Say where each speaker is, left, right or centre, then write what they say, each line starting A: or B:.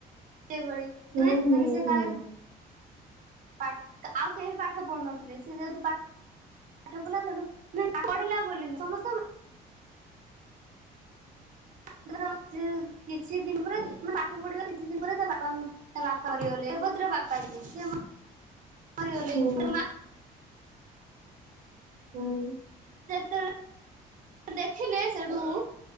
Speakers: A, on the right; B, on the right.
A: ସେ <unintelligible>
B: ହୁଁ ହୁଁ
A: ମାନେ ସେ
B: ହୁଁ
A: କାଳେ। ପା ଆଉ କେହି ପାଠ ପଢୁନଥିଲେ ସେ ଯେହେତୁ ପା। ପାଠ ପଲା ସେଠୁ ନା ପଢିଲା ବି ସମସ୍ତେ <unintelligible> କିଛି ଦିନ ପରେମେ ପାଠ ପଢିବା କିଛି ଦିନ ପରେ ତା ବାପାଙ୍କୁ ତା ବାପା ମରିଗଲେ ରେବତୀର ବାପା ଯିଏ। ରିଗରିଗୁ
B: ହୁଁ
A: ପା
B: ହୁଁ
A: <unintelligible> ଦେଖିଲେ ସେଡୁ।